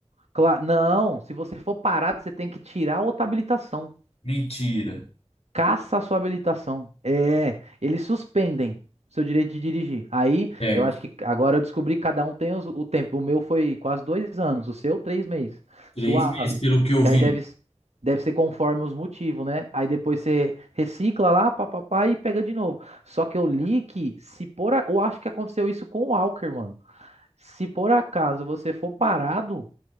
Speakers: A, on the right; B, on the left.
A: cla- Não, se você for parado, você tem que tirar a outra habilitação.
B: Mentira.
A: Caça a sua habilitação. É, eles suspendem seu direito de dirigir. Aí,
B: Certo.
A: eu acho que agora eu descobri que cada um tem os- o tempo. O meu foi quase dois anos, o seu três meses.
B: Três
A: Suave.
B: meses, pelo que eu
A: Que
B: vi.
A: aí deve, deve ser conforme os motivos, né? Aí depois você recicla lá, papapá, e pega de novo. Só que eu li que se por... a- Eu acho que aconteceu isso com o Walker, mano. Se por acaso você for parado,